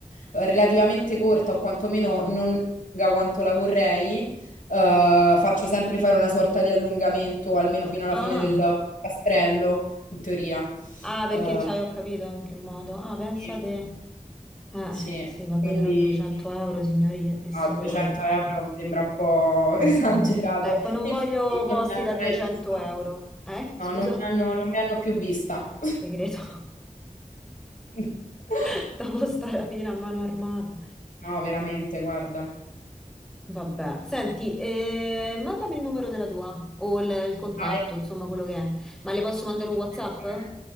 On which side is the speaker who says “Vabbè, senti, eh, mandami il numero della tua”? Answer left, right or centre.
Centre